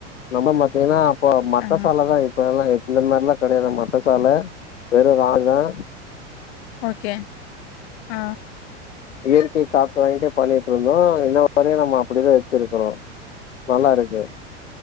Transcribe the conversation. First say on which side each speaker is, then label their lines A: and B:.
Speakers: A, on the left; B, on the left.
A: நம்ம பாத்தீங்கன்னா இப்ப மட்ட
B: ஆ
A: சால இப்ப எல்லா இந்த மாரிலா கெடையாது மட்ட சல வெறு <unintelligible>
B: ஓகே ஆ
A: இயற்கை காத்து வாங்கிட்டே பண்ணிட்டுருந்தோ இன்ன வரையு நம்ம அப்டிதா வெச்சிருக்கறோ நல்லா இருக்கு